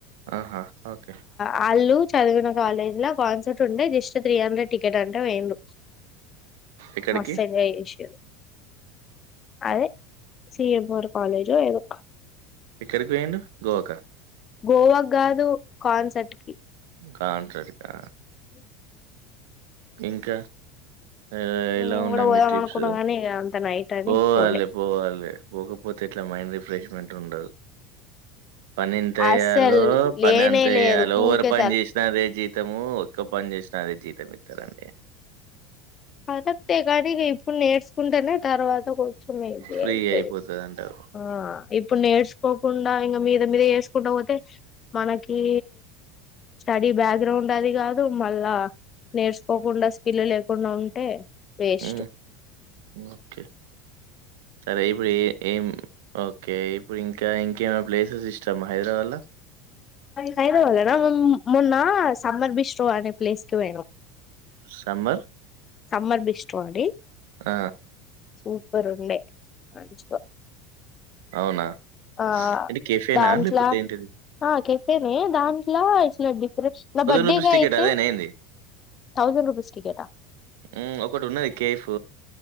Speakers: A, on the right; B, on the left.
A: ఆహా ఓకే
B: వాళ్ళు చదివిన కాలేజ్ లో కాన్సర్ట్ ఉండే జిస్ట్ త్రీ హండ్రెడ్ టికెట్ అంటే పొఇండ్రు
A: ఎక్కడికి
B: మస్తు ఎంజాయ్ చేసిర్రు అదే సిీఎంర్ కాాలేజో ఏదో
A: ఇక్కడికి పోయిండు గోవాకా
B: గోవాకు కాదు కాన్సెర్ట్ కి
A: కంసార్టకా
B: అ
A: ఇంకా ఏ ఎలా
B: నేను
A: ఉన్నాయి
B: కూడా పోదాం
A: మీ ్రిప్స్
B: అనుకున్నా గానీ ఇగ అంత నైట్ అని
A: పోవాలే
B: పోలే
A: పోవాలే పోకపోతే ఎట్లా మైండ్ రిఫ్రెష్మెంట్ ఉండదు పని ఎంత వయ్యాలో
B: అస్సలు లేనే
A: పని అంతె చెయ్యాలె
B: లేదు
A: ఓవర్
B: ఊకే
A: పని
B: తల
A: చేసిన అదే జి తము ఒక్క పని చేసినా అదే జీతం ఇస్తారండి
B: కర్రెక్ట్ ఎ కానీ ఇగ ఇప్పుడు నేర్చుకుంటేనే తర్వాత కొ చం ఈజీ
A: ఫ్రీ
B: అయితది
A: అయిపోతదంటారు.
B: ఆ ఇప్పుడు నేర్చుకోకుండా ఇంగ మీద మీద వేసుకుంటా పోతే మనకి స్టడీ బ్యాక్ గ్రౌండ్ అది కాదు మళ్ళా నేర్చుకోకుండా స్కిల్ లేకుండా ఉంటే వేస్ట్
A: హు ఓకే సరే ఇప్పుడు ఏ ఏం ఓకే ఇప్పుడు ఇంకా ఇంకేమై ప్లేసెస్ ఇస్ ష్టం హైదరాబాద్ ల
B: హైదరాబాద్ లన మొన్న సమ్మర్ బిష్్రో అనే ప్లేస్కి పోయినం
A: సమ్మర్
B: సమ్మర్ బిస్ట్రిడి
A: ఆ
B: సూపర్ ఉంది మంచిగా
A: అవునా?
B: ఆ
A: అంటే కెఫేనా?
B: దాట్లా
A: లేపోతే ఏంటిది?
B: ఆ కేపెనే దాన్ ట్ల ఇట్లా డిఫరెంట్ నా బర్త్డేకైతే
A: రూపీస్ టికెట్ అదేనేంది?
B: థౌసండ్ రూపీస్ టికెట్ ఆ
A: హు ఒకటి ఉన్నది కేఫ్